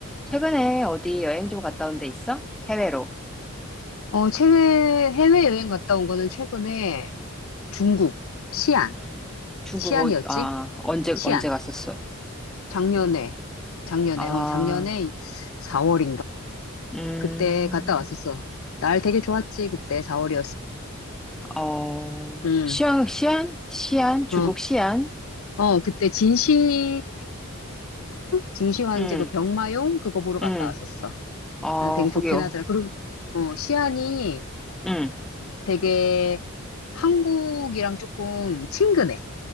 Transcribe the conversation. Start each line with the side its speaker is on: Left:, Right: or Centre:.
Centre: 최근에 어디 여행 좀 갔다 온데 있어? 해외로.
Left: 어, 해외, 해외여행 갔다 온 거는 최근에 중국, 시안,
Centre: 음, 중국,
Left: 시안이었지?
Centre: 어- 아, 언제,
Left: 시안.
Centre: 언제 갔었어?
Left: 작년에, 작년에,
Centre: 아,
Left: 어, 작년에 4월인가?
Centre: 음,
Left: 그때 갔다 왔었어. 날 되게 좋았지, 그때 4월이었으니까.
Centre: 어,
Left: 음,
Centre: 시안, 시안? 시안? 중국
Left: 어,
Centre: 시안?
Left: 어, 그때 진시황릉, 진시황제
Centre: 응,
Left: 그 병마용 그거 보러 갔다
Centre: 응.
Left: 왔었어.
Centre: 어,
Left: 아, 되게 좋긴
Centre: 거기요.
Left: 하더라. 그리고, 어, 시안이
Centre: 응,
Left: 되게 한국이랑 조금 친근해.